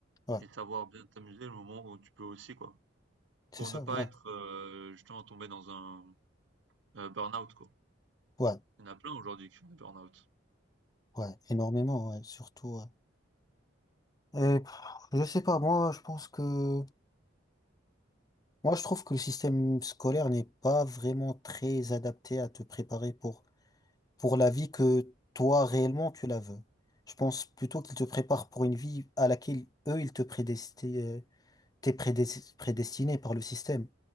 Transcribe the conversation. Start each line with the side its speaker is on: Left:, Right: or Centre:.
Left: Ouais,
Right: et de savoir bien t'amuser le moment où tu peux aussi, quoi.
Left: c'est
Right: Pour
Left: ça,
Right: ne pas
Left: ouais,
Right: être, heu, justement tomber dans un, heu, burn-out, quoi.
Left: ouais,
Right: Il y en a plein aujourd'hui qui font des burn-out.
Left: ouais, énormément, ouais, surtout. ouais. Et, pff, je sais pas, moi je pense que moi je trouve que le système scolaire n'est pas vraiment très adapté à te préparer pour pour la vie que toi réellement tu la veux. Je pense plutôt qu'il te prépare pour une vie à laquelle eux ils te prédestinaient, t'es prédes- prédestiné par le système.